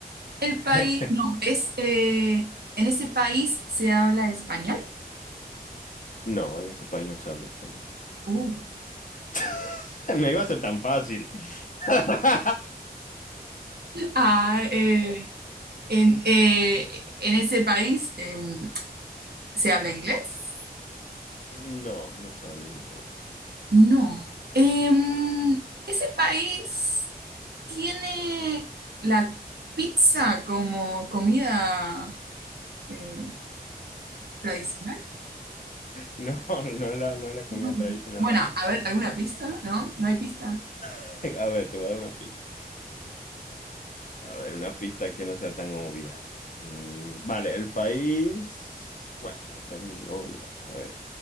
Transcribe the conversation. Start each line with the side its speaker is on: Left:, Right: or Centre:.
Right: El país,
Left: <laughs>
Right: No. es, eh, en ese país se habla español.
Left: No, en ese país no se habla español.
Right: Uh.
Left: <laughs> No iba a ser tan fácil. <laughs>
Right: Ah, eh, En, eh, en ese país em, se habla inglés.
Left: No, no se habla inglés. <laughs>
Right: No. Em, ese país tiene la pizza como comida eh, tradicional.
Left: No, no es la, no es la comida
Right: No.
Left: tradicional.
Right: Bueno, a ver, ¿alguna pista? ¿No? ¿No hay pista?
Left: <laughs> A ver, te voy a dar una pista. A ver, una pista que no sea tan obvia. Mm, vale, el país. Bueno, esta es muy obvia. A ver,